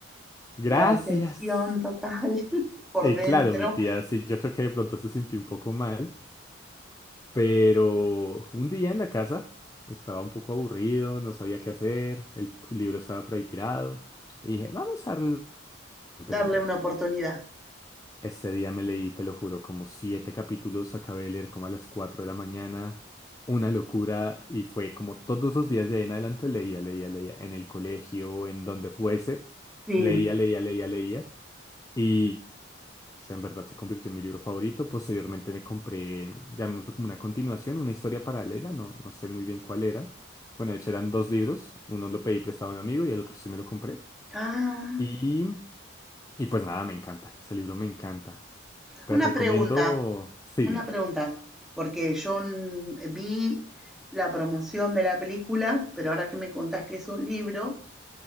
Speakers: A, on the left; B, in the centre.
A: gracias.
B: la excepción total <laughs> por
A: Y
B: dentro,
A: claro, mi tía sí, yo creo que de pronto se sintió un poco mal, pero un día en la casa estaba un poco aburrido, no sabía qué hacer, el libro estaba por ahí tirado. Y dije, vamos a darle. Empecé
B: darle
A: a leer.
B: una oportunidad.
A: Este día me leí, te lo juro, como siete capítulos, acabé de leer como a las 4 de la mañana, una locura y fue como todos los días de ahí en adelante leía, leía, leía, en el colegio, en donde fuese,
B: Sí.
A: leía, leía, leía, leía y o sea, en verdad se convirtió en mi libro favorito. Posteriormente me compré, llamémoslo como una continuación, una historia paralela, no, no sé muy bien cuál era. Bueno, de hecho eran dos libros, uno lo pedí prestado a un amigo y el otro sí me lo compré.
B: Ah,
A: Y, y pues nada, me encanta, ese libro me encanta. Te
B: una
A: recomiendo,
B: pregunta,
A: sí,
B: una
A: dime.
B: pregunta, porque yo mm, vi la promoción de la película, pero ahora que me contás que es un libro,